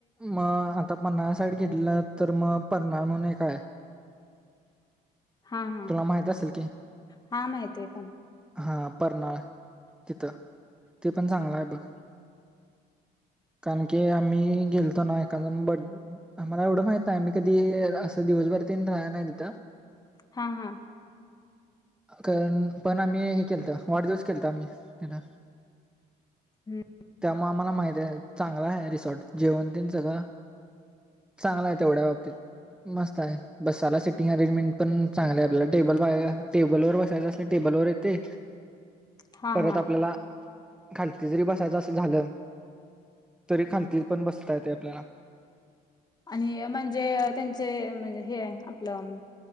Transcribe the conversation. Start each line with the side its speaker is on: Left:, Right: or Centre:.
Centre: मग आता पन्नाळा साईड घेतलं तर मग पनना म्हणून एक काय
Left: हा हा
Centre: माहित असेल की
Left: हा माहित आहे पण
Centre: हा परनाळ तिथं ते पण चांगलंय बघ कारण की आम्ही गेलतो ना एखा ब आम्हाला एवढं माहित आहे आम्ही कधी असं दिवस भर काय राहय न नाही तीत
Left: हा हा
Centre: कारण पण आम्ही हे केलत वाढदिवस केलत आम्ही त्याना
Left: हम्म
Centre: त्यामुळे आम्हाला माहित आहे चांगला आहे रिसॉर्ट जेवणती सगळं चांगला आहे तेवढ्या बाबतीत मस्त आहे बसाला सिटिंग अरेंजमेंट पण चांगलं आहे आपल्याला टेबल पा टेबल वर बसायच असल टेबल वर येते
Left: हां
Centre: परत
Left: हां
Centre: आपल्याला खालती जरी बसायचं असं झालं तरी खालती पण बसता येत आपल्याला
Left: आणि म्हणजे त्यांचे म्हणजे हे आपलं